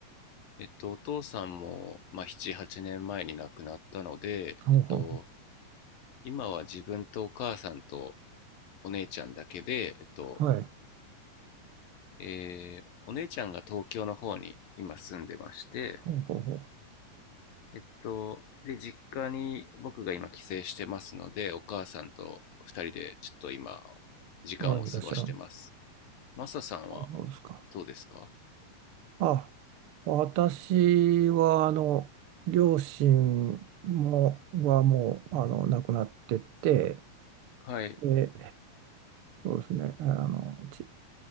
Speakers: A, on the left; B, on the right.
A: えっと、お父さんも、まあ、7、8年前に亡くなったので、
B: ほうほう
A: えっと、今は自分とお母さんとお姉ちゃんだけで、えっと、
B: ほう。はい。
A: えーお姉ちゃんが東京の方に今住んでまして、
B: ほうほう
A: えっと、で、実家に僕が今帰省してますので、お母さんと二人でちょっと今、時間を過ごしてます。
B: ほう。あ、いらっしゃる。
A: マサさんは
B: あ、そうですか。
A: どうですか
B: あ、私は、あの、両親も、はもう、あの、亡くなってて、
A: はい、
B: で、そうですね、あの、ち、